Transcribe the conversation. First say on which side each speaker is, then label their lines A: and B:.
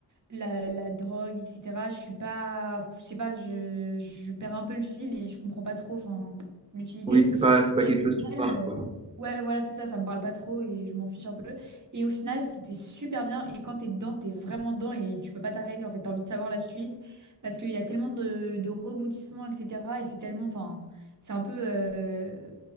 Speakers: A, on the right (about 45°); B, on the right (about 15°).
A: la, la drogue, etc. Je suis pas, je sais pas, je, je perds un peu le fil et je comprends pas trop, enfin, l'utilité.
B: Oui, c'est pas, c'est pas
A: Et
B: quelque
A: au
B: chose qui
A: final,
B: te marque,
A: euh,
B: quoi.
A: ouais, voilà, c'est ça, ça me parle pas trop et je m'en fiche un peu. Et au final, c'était super bien. Et quand t'es dedans, t'es vraiment dedans et tu peux pas t'arrêter. En fait, t'as envie de savoir la suite parce qu'il y a tellement de, de rebondissements, etc. Et c'est tellement, enfin, c'est un peu, euh,